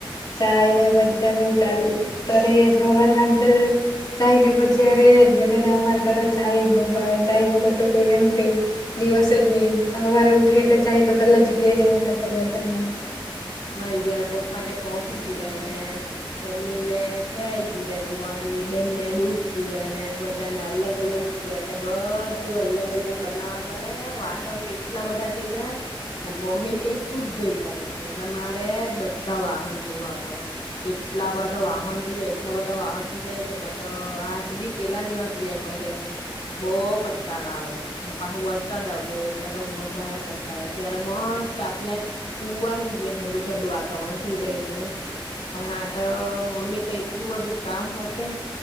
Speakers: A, on the left; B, on the left.
A: ચાય ને ભજીયાને ચાલ ત જવાર ખ ચાય ને પણ જયારે જ બધા ને અમારે ત્યારે ચાાય જ બહુ ભાવે ચાય વગર તો કોઈને હું કઈ દિવસ જ નહી સવારે ઉઠે એટલે ચાહે તો પેલા જોઈએ જ અમારે ત્યાં તો બધાને.
B: મારી જયારે પપ્પા ને મોફી જો ને મમ્મી ને ચાય જુએ મારી બેન ને ડૂધ જોએ ને બધાને અલગ ગ અલગ જુએ તો બધું અલગ અલગ બનાવવા પડે વાસ તો એટલા બધા થઈ જાય મમ્મી કેટું જ દોઈ એટલે મારે જ બધા વાહન જોવા પડે એટલા બધા વાહન થ એટલા બધા વાહન જાય કે તો આઠ બી પેલા જ થઈ જાય પલા બહ કંટાળા આવે ને પાછું વરસાદ આવતો હોય, એટલે તો વધારે કંટાળા ત્યારે મ સ્ત આપને હોુવાનું જોએ ઠંડુ ઠંડુ વાતાવરણ થઈ જાય એટલે પણ આ તો મમ્મી તો એટલું બધું કામ સપે